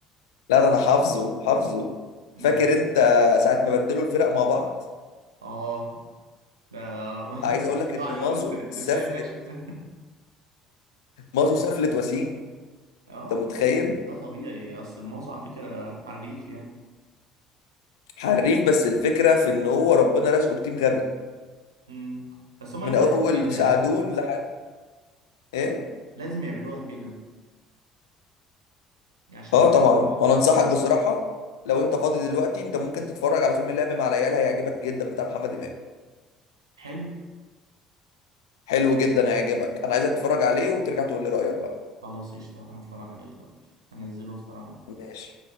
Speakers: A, on the left; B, on the right.
A: لا ده انا حافظه حافظه
B: أمم.
A: فاكر انت ساعه ما بدلوا الفرق مع بعض
B: اه ده <laughs>
A: عايز اقول
B: كل
A: لك ان
B: ساعه يقول
A: مازو
B: له انت انت
A: سفلت
B: ازاي ماشي من ده
A: مازو
B: <laughs>
A: سفلت وسيم
B: اه
A: انت متخيل
B: ده طبيعي اصل مازو على فكره حريف يعني
A: حريف بس الفكره في ان هو ربنا رزقه بتيم غبي
B: مم. بس هم
A: من
B: لازم
A: اول
B: يعملوها كده
A: سعدون
B: يعني
A: لحد ايه
B: لازم يعملوها كده يعني عشان تبقى
A: اه طبعا
B: موجودة في الوقت.
A: وانا انصحك بصراحه لو انت فاضي دلوقتي انت ممكن تتفرج على فيلم اللعب مع العيال هيعجبك جدا بتاع محمد امام
B: حلو
A: حلو جدا هيعجبك انا عايزك تتفرج عليه وترجع تقول لي رايك بقى
B: خلاص قشطة هروح اتفرج عليه دلوقتي انزله واتفرج عليه
A: ماشي